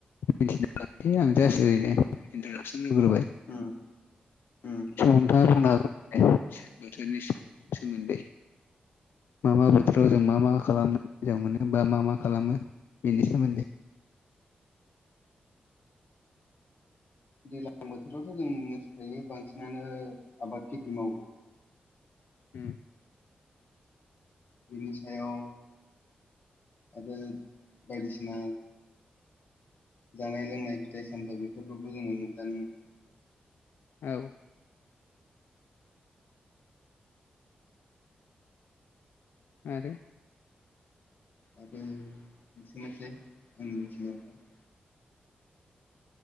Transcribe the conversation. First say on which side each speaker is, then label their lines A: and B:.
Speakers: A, on the left (about 85°); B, on the left (about 60°).
A: मिथिनोसै आं जास ओरैनो इन्ट्रडाक्सन होगोरबाय
B: उम उम
A: <inaudible> बोथोरनि सोमोन्दै मा मा बोथोराव जों मा मा खालामनो मोजां मोनो बा मा मा खालामो बेनि सोमोन्दै
B: दैज्लां बोथोरावथ' जों मिथिखायो बांसिनानो आबाद खेथि मावो
A: उम
B: बिनि सायाव आरो बायदिसिना जानाय लोंनाय फिथाइ सामथाइ बेफोरखौबो जोङो मोनजानो मोनो
A: औ आरो
B: आरो मोनसे मोनसे आंनि मिथिनायावथ'